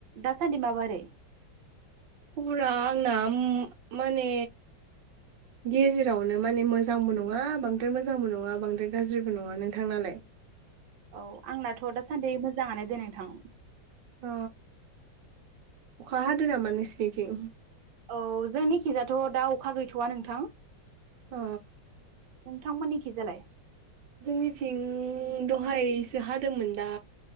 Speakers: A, on the right; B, on the right.
A: दासान्दि माबारै?
B: खबरा आंना माने गेजेरावनो माने मोजांबो नङा बांद्राय मोजांबो नङा बांद्राय गाज्रिबो नङा नोंथांनालाय?
A: औ आंनाथ' दासान्दै मो जाङानो दे नोंथां।
B: अ अखा हादों नामा नोंसिनिथिं?
A: औ जोंनिखिजाथ' दा अखा गैथ'आ नोंथां।
B: अ
A: नोंथांमोननिखि जालाय
B: जोंनिथिं दहायसो हादोंमोन दा